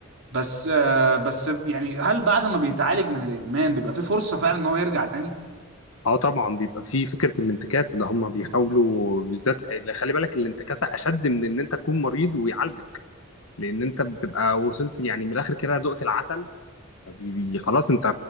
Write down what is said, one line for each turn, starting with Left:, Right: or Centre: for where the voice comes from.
Right: بس بس يعني هل بعد ما بيتعالج من الادمان بيبقى فيه فرصة فعلا ان هو يرجع تاني
Left: اه طبعا بيبقى في فكره الانتكاسه اللي هم بيحاولوا بالذات خلي بالك الانتكاسه اشد من ان انت تكون مريض ويعالجك لان انت بتبقى وصلت يعني من الاخر كده دقت العسل فبي- بي- خلاص انت